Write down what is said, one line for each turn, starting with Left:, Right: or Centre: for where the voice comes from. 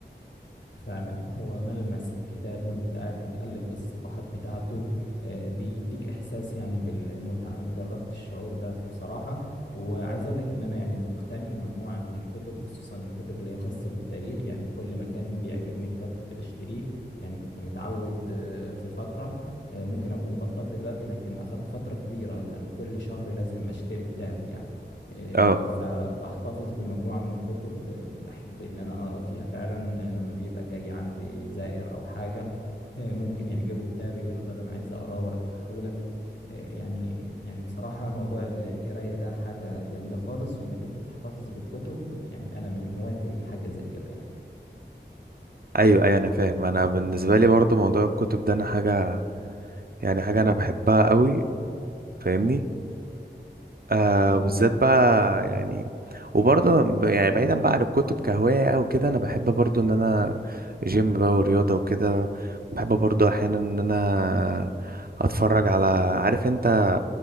Left: فعلا هو ملمس الكتاب وانت قاعد بتألف الصفحات بتاعته آه، بيديك احساس يعني بالمتعة انا جربت الشعور ده بصراحة وعايز اقول لك ان انا يعني مقتني مجموعة من الكتب خصوصا الكتب اللي هي خاصة بالتاريخ يعني كل ما كان بيعجبني كتاب كنت بشتريه يعني كنت متعود آه، في فترة آه، ممكن اكون بطلت دلوقتي لكن اخدت فترة كبيرة كان كل شهر لازم اشتري كتاب يعني إيه،
Right: اه
Left: فبحتفظ بمجموعة من الكتب بحب إن أنا أقرأ فيها فعلا لما بيبقى جاي عندي زائر أو حاجة إيه، ممكن يعجبه كتاب يقول له طيب أنا عايز أقراه وأرجحهولك إيه، يعني يعني بصراحة موضوع ال- القراية ده حاجة جميلة خالص وإنك أنت تحتفظ بالكتب يعني أنا من هواة الحاجة زي كده يعني
Right: ايوه ايوه انا فاهم انا بالنسبه لي برضو موضوع الكتب ده انا حاجه يعني حاجه انا بحبها قوي فاهمني آه
Left: آه
Right: بالذات بقى يعني وبرضه ب- يعني بعيدا بقى عن الكتب كهوايه او كده انا بحب برضو ان انا جيم بقى ورياضه وكده بحب برضو احيانا ان انا اتفرج على عارف انت